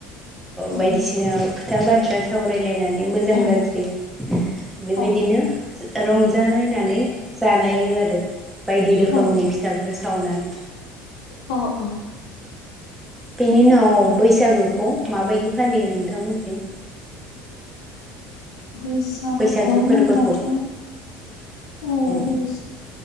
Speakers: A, on the left; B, in the centre.
A: उम
B: बायदिसिना खोथा बाथ्रा सावरायलायनानै मोजां
A: उम
B: गाज्रि बेबायदिनो
A: अ
B: रंजालायनानै लायो आरो बायदि रोखोमनि
A: ओ औ
B: फिथाफोर सावनानै
A: अ अ
B: बेनि उनाव बैसागोखौ माबायदि फालियो नोंथांमोनथिं
A: बैसागुखौ
B: बैसागो फोरबोखौ
A: बुंबाथ' अ
B: औ
A: बै